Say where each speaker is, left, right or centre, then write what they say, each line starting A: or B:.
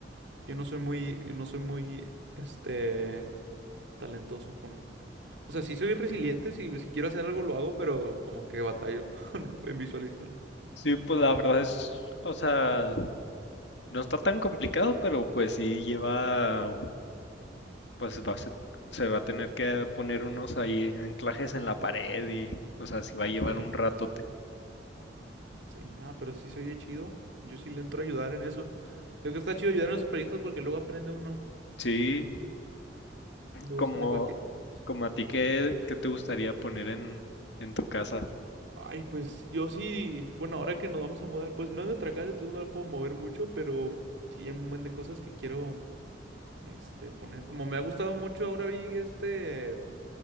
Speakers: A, on the right; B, on the left.
A: Yo no soy muy, yo no soy muy, este, talentoso con. O sea, sí soy resiliente, si, si quiero hacer algo lo hago, pero como que batallo <laughs> en visualizarlo.
B: sí, pues la verdad es, o sea, no está tan complicado, pero pues sí lleva, pues va a ser- se va a tener que poner unos ahí anclajes en la pared y, o sea, sí va a llevar
A: Sí,
B: un ratote.
A: sí, nada, pero sí se oye chido. Yo sí le entro a ayudar en eso. Creo que está chido ayudar en esos proyectos porque luego aprende uno.
B: Sí,
A: Luego
B: como,
A: sale cualquier cosa.
B: como a ti, ¿qué, qué te gustaría poner en, en tu casa?
A: Ay, pues yo sí, bueno, ahora que nos vamos a mudar, pues no es nuestra casa, entonces no la puedo mover mucho, pero sí hay un montón de cosas que quiero, este, poner. Como me ha gustado mucho, ahora vi este